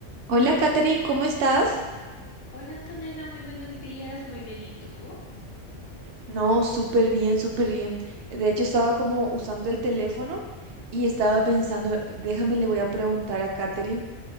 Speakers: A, on the right; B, on the left.
A: Hola, Katherine, ¿cómo estás?
B: Hola Antonella, muy buenos días, muy bien, ¿y tú?
A: No, súper bien, súper bien. De hecho, estaba como usando el teléfono y estaba pensando, déjame, le voy a preguntar a Katherine